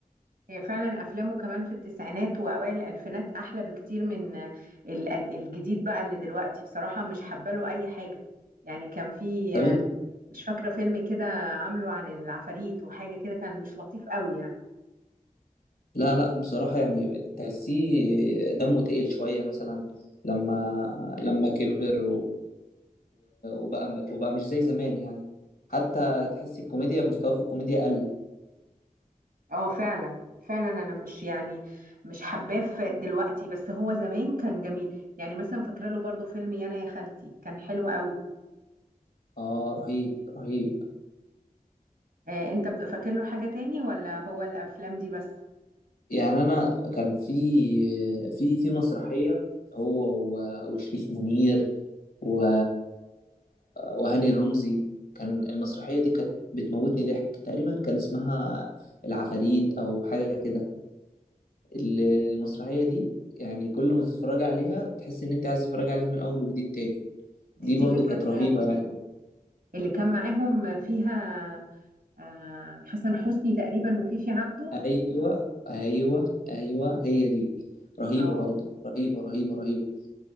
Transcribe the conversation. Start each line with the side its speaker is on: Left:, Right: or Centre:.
Right: هي فعلا أفلامه كمان في التسعينات وأوائل الألفينات أحلى بكتير من آه، ال- الجديد بقى اللي دلوقتي بصراحة مش حباله أي حاجة يعني كان في
Left: طب انت
Right: مش فاكرة فيلم كده عامله عن العفاريت وحاجة كده كان مش لطيف قوي يعني
Left: لا لا بصراحة يعني تحسيه دمه تقل شوية مثلا لما لما كبر و- وبقى وبقى مش زي زمان يعني حتى تحس الكوميديا مستواه في الكوميديا قل
Right: اه فعلا فعلا انا مش يعني مش حباه في- دلوقتي بس هو زمان كان جميل يعني مثلا فاكره له برضو فيلم يانا يا خالتي كان حلو قوي
Left: اه رهيب رهيب
Right: آه انت بت- فاكر له حاجه تاني ولا هو الافلام دي بس
Left: يعني انا كان في في في مسرحية هو و- وشريف منير و... وهاني رمزي كان المسرحية دي كانت بتموتني ضحك تقريبا كان اسمها العفاريت او حاجة كده ال- المسرحية دي يعني كل ما تتفرج عليها تحس ان انت عايز تتفرج عليها من الاول وجديد تاني
Right: دي
Left: دي
Right: دي
Left: برضو
Right: اللي كان
Left: كانت رهيبة يعني
Right: اللي كان معاهم فيها آه حسن حسني تقريبا وفيفي عبده
Left: ايوه ايوه ايوه هي دي رهيبه
Right: اه
Left: برضو رهيبه رهيبه رهيبه